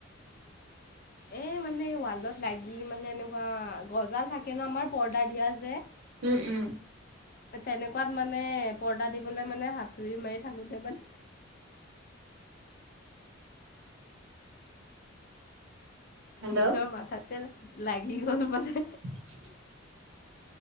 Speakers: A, on the left; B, on the right.
A: এ মানে ৱালত লাগি মানে এনেকুৱা গজাল থাকে ন আমাৰ পৰ্দাৰ দিয়া যে।
B: উম উম।
A: তেনেকুৱাত মানে পৰ্দা দিবলে মানে হাঁতুৰি মাৰি থাকোতে মান।
B: <unintelligible> হেল্ল'
A: নিজৰ
B: অ
A: মাথাতে লাগি গ'ল মানে
B: <unintelligible>